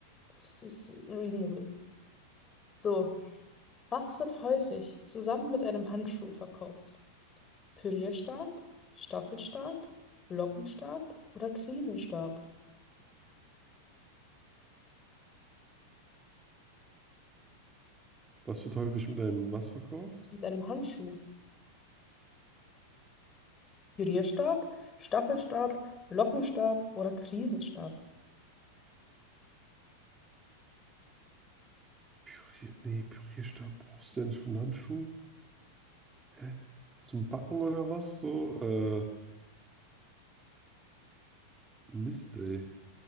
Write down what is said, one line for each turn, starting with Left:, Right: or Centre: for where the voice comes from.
Left: Das ist reasonable. So, was wird häufig zusammen mit einem Handschuh verkauft? Pürierstab, Staffelstab, Lockenstab oder Krisenstab
Right: Was wird häufig mit einem was verkauft?
Left: mit einem Handschuh. Pürierstab, Staffelstab, Lockenstab oder Krisenstab.
Right: Pürier, nee, Pürierstab brauchst du ja nicht für einen Handschuh. Hä? Zum Backen oder was? So, äh, Mist, ey.